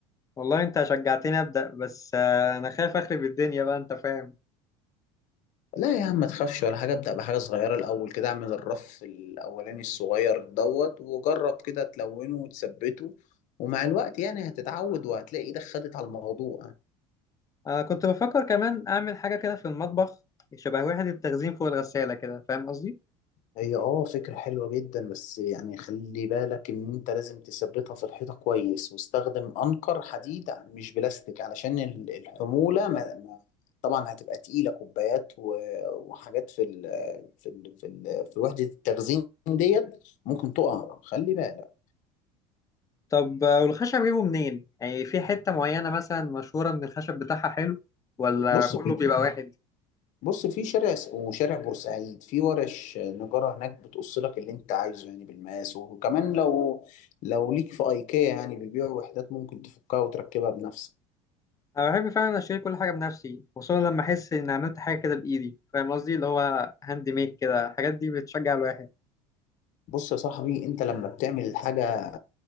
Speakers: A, on the left; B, on the left.
A: والله انت شجعتني ابدا بس آه انا خايف اخرب الدنيا بقى انت فاهم
B: لا يا عم ما تخافش ولا حاجة ابدأ بحاجة صغيرة الأول كده اعمل الرف الأولاني الصغير دوت وجرب كده تلونه وتثبته ومع الوقت يعني هتتعود وهتلاقي إيدك خدت على الموضوع
A: آه كنت بفكر كمان أعمل حاجة كده في المطبخ شبه وحدة التخزين فوق الغسالة كده فاهم قصدي؟
B: هي اه فكرة حلوة جدا بس يعني خلي بالك ان انت لازم تثبتها في الحيطة كويس واستخدم انقر حديد مش بلاستيك علشان ال- الحمولة ما ما طبعا هتبقى تقيلة كوبايات و- وحاجات في ال في ال في, ال في وحدة التخزين ديت ممكن تقع خلي بالك
A: طب آه، والخشب جيبه منين؟ يعني في حتة معينة مثلا مشهورة إن الخشب بتاعها حلو ولا
B: بص
A: كله
B: في
A: بيبقى واحد؟
B: بص في شارع اسمه شارع بورسعيد في ورش نجارة هناك بتقص لك اللي انت عايزه يعني بالمقاس وكمان لو لو ليك في ايكيا يعني بيبيعوا وحدات ممكن تفكها وتركبها بنفسك
A: أنا بحب فعلا أشتري كل حاجة بنفسي خصوصا لما أحس إن عملت حاجة كده بإيدي فاهم قصدي؟ اللي هو هاند ميد كده الحاجات دي بتشجع الواحد
B: بص يا صاحبي انت لما بتعمل الحاجة